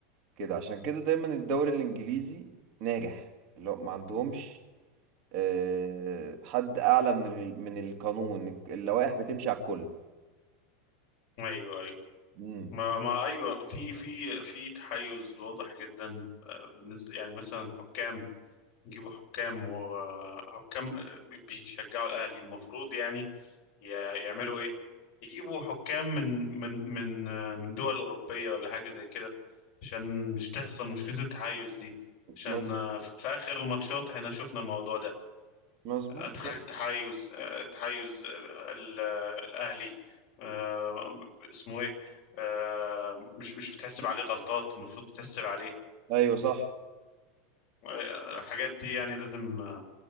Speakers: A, on the right (about 45°); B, on the left (about 50°).
A: كده عشان كده دايما الدوري الانجليزي ناجح اللي هو ما عندهمش آه، حد اعلى من ال- من القانون اللوائح بتمشي على الكل
B: ايوه ايوه
A: مم.
B: ما ما ايوه في في في تحيز واضح جدا آه، بالنسبة يعني مثلا حكام يجيبوا حكام وحكام بيشجعوا الأهلي المفروض يعني ي- يعملوا إيه يجيبوا حكام من من من آه، من دول أوروبية ولا حاجة زي كده عشان مش تحصل مشكلة التحيز دي عشان
A: مظ-
B: آه، في في آخر الماتشات احنا شفنا الموضوع ده
A: مظبوط
B: اتحاد
A: صح.
B: التحيز آه، التحيز آه، ال- آه، الأهلي آه، اسمه إيه آه، مش مش بتحسب عليه غلطات المفروض تحسب عليه
A: ايوه صح
B: آه،
A: صح.
B: الحاجات دي يعني لازم آه،